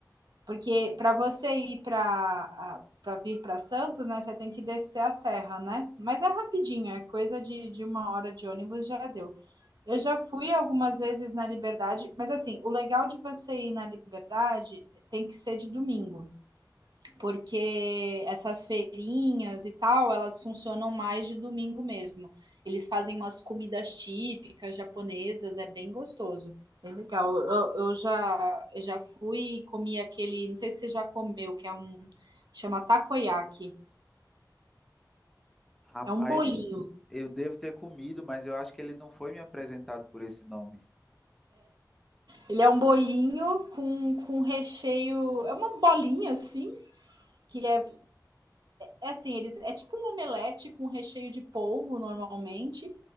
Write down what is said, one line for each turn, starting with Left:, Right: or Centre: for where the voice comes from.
Right: Porque para você ir para para vir para Santos, né, você tem que descer a serra, né? Mas é rapidinho, é coisa de, de uma hora de ônibus já deu. Eu já fui algumas vezes na Liberdade, mas assim, o legal de você ir na Liberdade tem que ser de domingo, porque essas feirinhas e tal, elas funcionam mais de domingo mesmo. Eles fazem umas comidas típicas japonesas, é bem gostoso. Bem legal. Eu, eu já, eu já fui e comi aquele, não sei se você já comeu, que é um, chama takoyaki.
Centre: Rapaz,
Right: É um bolinho.
Centre: eu devo ter comido, mas eu acho que ele não foi me apresentado por esse nome.
Right: Ele é um bolinho com, com recheio, é uma bolinha assim, que é é assim, eles é tipo um omelete com recheio de polvo normalmente,